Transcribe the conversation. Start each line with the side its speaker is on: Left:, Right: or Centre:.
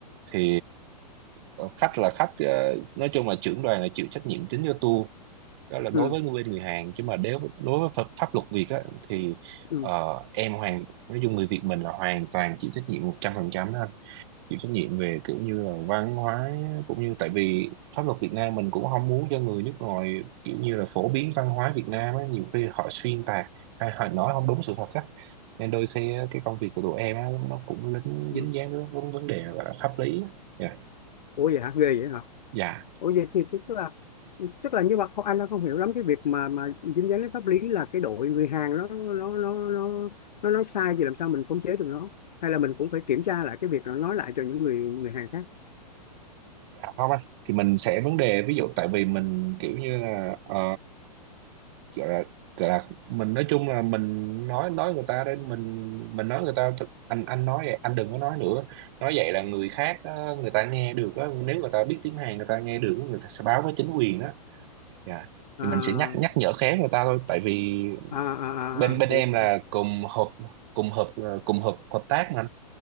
Right: thì ờ, khách là khách ờ, nói chung là trưởng đoàn là chịu trách nhiệm chính cho tour đó là đối
Left: ừ
Right: với người bên người Hàn chứ mà nếu đối với pháp, pháp luật Việt á thì
Left: ừ
Right: ờ, em hoàn nói chung người Việt mình là hoàn toàn chịu trách nhiệm 100% đó anh chịu trách nhiệm về kiểu như là văn hóa cũng như tại vì pháp luật Việt Nam mình cũng không muốn cho người nước ngoài kiểu như là phổ biến văn hóa Việt Nam á nhiều khi họ xuyên tạc hay họ nói không đúng sự thật á nên đôi khi á, cái công việc của tụi em á, nó cũng lính
Left: ừ
Right: dính dáng đến vấn vấn đề gọi là pháp lý á. Dạ.
Left: ủa vậy hả ghê vậy hả
Right: Dạ,
Left: Ủa vậy thì tức tức là tức là như vậy, không, anh đang không hiểu lắm cái việc mà mà dính dáng đến pháp lý là cái đội người Hàn nó nó nó nó nó nó nói sai thì làm sao mình khống chế được nó hay là mình cũng phải kiểm tra lại cái việc nó nói lại cho những người người Hàn khác
Right: dạ không anh thì mình sẽ vấn đề ví dụ tại vì mình kiểu như là ờ, gọi là gọi là mình nói chung là mình nói nói người ta đến mình mình nói người ta thật- anh anh nói vậy anh đừng có nói nữa nói vậy là người khác ờ, người ta nghe được á, nếu người ta biết tiếng Hàn người ta nghe được người ta sẽ báo với chính quyền đó dạ
Left: à
Right: thì mình sẽ nhắc nhắc nhở khéo người ta thôi tại vì
Left: à à,
Right: bên
Left: à,
Right: bên em
Left: hiểu,
Right: là cùng hợp cùng hợp ờ, cùng hợp hợp tác mà